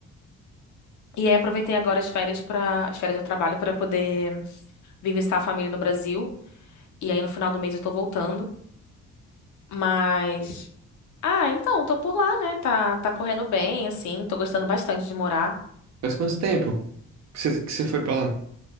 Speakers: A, on the left; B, on the right.
A: E aí aproveitei agora as férias para as férias de trabalho para poder vir visitar a família no Brasil. E aí no final do mês eu tô voltando. Mas. Ah, então, tô por lá, né? Tá, tá correndo bem, assim. Tô gostando bastante de morar.
B: Faz quanto tempo que você, que você foi pra lá?